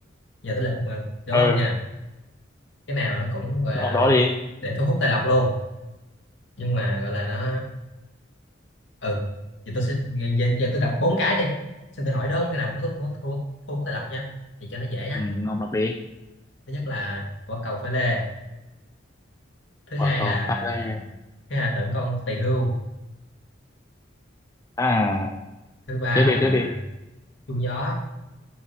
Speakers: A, on the left (about 70°); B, on the left (about 15°).
A: giờ tới lượt ờ, đố
B: ừ
A: ông nha cái nào nó cũng gọi là
B: ông đó
A: để
B: đi
A: để thu hút tài lộc luôn nhưng mà gọi là nó ờ, ừ thì tôi sẽ giờ, giờ tôi đọc bốn cái đi xin tôi hỏi đúng không cái nào cũng thu hút thu hút thu hút thu hút tài lộc nha thì cho nó dễ nhá
B: Ừ, ông đọc đi.
A: thứ nhất là quả cầu pha lê thứ hai
B: quả cầu
A: là
B: pha lê
A: thứ hai là tượng con tỳ hưu
B: À,
A: thứ ba
B: tiếp
A: là
B: đi tiếp đi
A: chuông gió